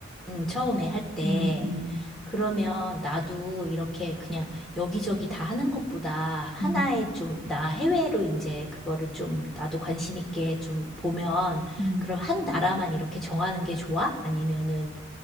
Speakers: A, in the centre; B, on the right.
A: 응, 처음에 할 때.
B: 음, 음,
A: 그러면 나도 이렇게 그냥 여기저기 다 하는 것보다 하나에
B: 음,
A: 좀, 나 해외로 이제 그거를 좀 나도 관심 있게 좀 보면,
B: 음.
A: 그럼 한 나라만 이렇게 정하는 게 좋아? 아니면은